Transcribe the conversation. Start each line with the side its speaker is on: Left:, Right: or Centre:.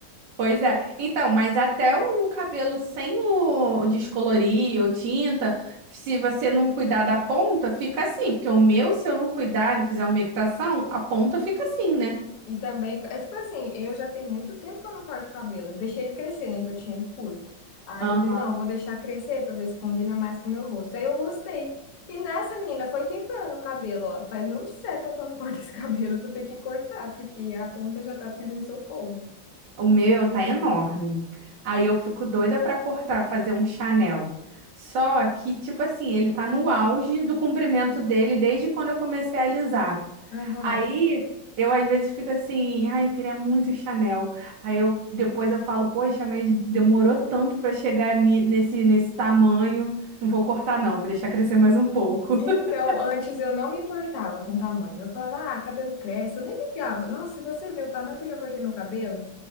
Right: Pois é. Então, mas até o cabelo sem o o descolorir ou tinta, se você não cuidar da ponta, fica assim. Porque o meu, se eu não cuidar, não fizer uma equitação, a ponta fica assim, né?
Left: E também, é tipo assim, eu já tenho muito tempo que eu não corto o cabelo. Eu deixei ele crescer, né? Que eu tinha ele curto. Aí
Right: Aham.
Left: eu falei, não, eu vou deixar crescer pra ver se combina mais com o meu rosto. Aí eu gostei. E nessa menina foi ficando o cabelo, ó. Faz um século que eu não <laughs> corto esse cabelo, eu vou ter que cortar, porque a ponta já tá pedindo socorro.
Right: O meu tá enorme. Aí eu fico doida pra cortar, fazer um Chanel. Só que, tipo assim, ele tá no auge do comprimento dele desde quando eu comecei a alisar.
Left: Aham.
Right: Aí eu às vezes fico assim, ai, eu queria muito Chanel. Aí eu depois eu falo, poxa, mas demorou tanto pra chegar ni- nesse nesse tamanho. Não vou cortar não, vou deixar crescer mais um pouco.
Left: Então,
Right: <laughs>
Left: antes eu não me importava com o tamanho. Eu falava, ah, cabelo cresce. Eu nem ligava. Nossa, se você vê o tamanho que eu já cortei meu cabelo.